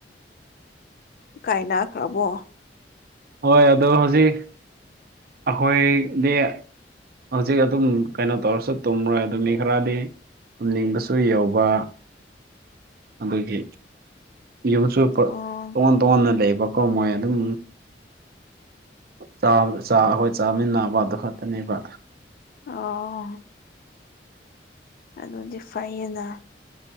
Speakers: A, on the left; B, on the right.
A: ꯀꯥꯏꯅꯈ꯭ꯔꯕꯣ
B: ꯍꯣꯏ ꯑꯗꯣ ꯍꯧꯖꯤꯛ ꯑꯩꯈꯣꯏꯗꯤ ꯍꯧꯖꯤꯛ ꯑꯗꯨꯝ ꯀꯩꯅꯣ ꯇꯧꯔꯁꯨ ꯇꯨꯝꯔꯣꯏ ꯑꯗꯨꯅꯤ ꯈꯔꯗꯤ ꯇꯝꯅꯤꯡꯕꯁꯨ ꯌꯎꯧꯕ ꯑꯗꯨꯒꯤ ꯌꯨꯝꯁꯨ
A: ꯑꯣ
B: ꯇꯣꯉꯥꯟ ꯇꯣꯉꯥꯟꯅ ꯂꯩꯕꯀꯣ ꯃꯣꯏ ꯑꯗꯨꯝ ꯆꯥꯛ ꯑꯩꯈꯣꯏ ꯆꯥꯃꯤꯟꯅꯕ ꯑꯗꯨ ꯈꯛꯇꯅꯦꯕ
A: ꯑꯣ ꯑꯗꯨꯗꯤ ꯐꯩꯌꯦꯅ